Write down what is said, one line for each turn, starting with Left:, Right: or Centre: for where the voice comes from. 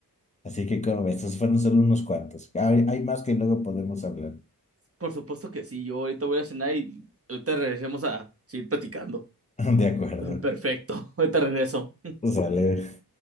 Left: Así que como ves, estos fueron solo unos cuantos. Hay, hay más que luego podemos hablar.
Right: Por supuesto que sí, yo ahorita voy a cenar y ahorita regresemos a seguir platicando.
Left: <laughs> De acuerdo.
Right: <laughs> Perfecto, ahorita regreso.
Left: Sale.